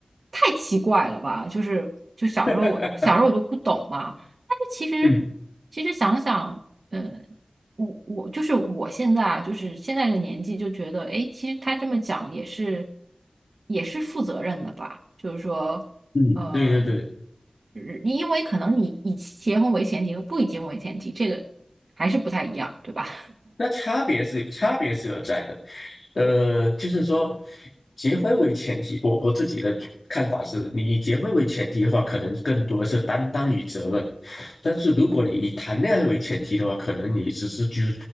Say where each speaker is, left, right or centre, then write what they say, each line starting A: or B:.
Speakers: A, on the right; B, on the left.
A: 太奇怪了吧，就是就小时候我小时候我就不懂嘛，
B: <laughs>
A: 但是其实
B: 嗯
A: 其实想想，嗯，我我就是我现在啊，就是现在这个年纪就觉得，哎，其实他这么讲也是也是负责任的吧，就是说，
B: 嗯，
A: 嗯，
B: 对对对，
A: 因为可能你以结婚为前提和不以结婚为前提，这个还是不太一样，对吧？
B: 那差别是有差别是有在的，呃，就是说，结婚为前提，我我自己的觉看法是，你以结婚为前提的话，可能更多是担当与责任，但是如果你以谈恋爱为前提的话，可能你只是就